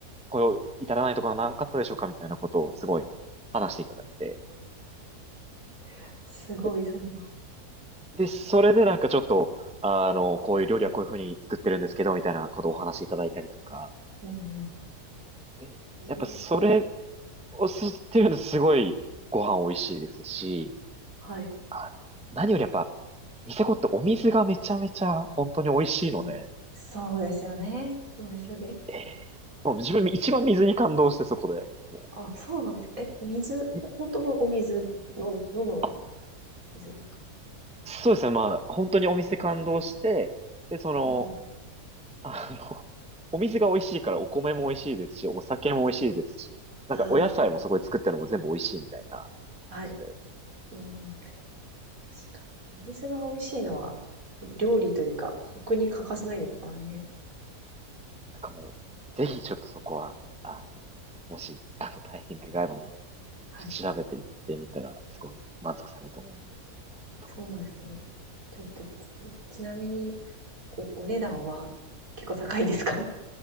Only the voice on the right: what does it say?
<laughs> すごい、
そんな。
うん
うん。
ええ。
はい。
うん。そうですよね。そうですよね。
あ、そうなんですか。え、水、ほ本当のお水の、
飲む
水ですか？
うんう
ん。ああ、はい。うん、確かに。お水が美味しいのは、料理というか、食に欠かせないですからね。
はい。
そうですね。ちょっと、ちちなみに、お、お値段は結構高いんですか